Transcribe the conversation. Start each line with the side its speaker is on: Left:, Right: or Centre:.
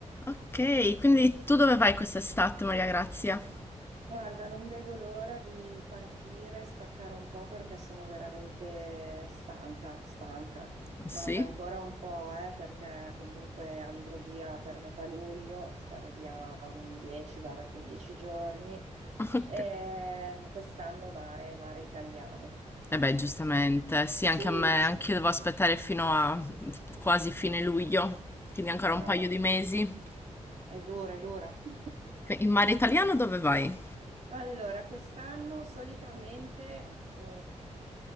Left: Ok, quindi tu dove vai quest'estate, Maria Grazia?
Right: Guarda, non vedo l'ora di partire, staccare un po' perché sono veramente stanca, stanca.
Left: Sì?
Right: Manca ancora un po', eh, perché comunque andrò via per metà luglio, starò via un 10-15 giorni.
Left: Ok.
Right: E quest'anno mare, mare italiano.
Left: E beh, giustamente,
Right: Quest'anno.
Left: sì,
Right: Sì,
Left: anche a me,
Right: sì.
Left: anche io devo aspettare fino a quasi fine luglio, quindi ancora
Right: Ah,
Left: un paio di mesi.
Right: è dura, è dura. <laughs>
Left: In mare italiano dove vai?
Right: Allora, quest'anno solitamente mm,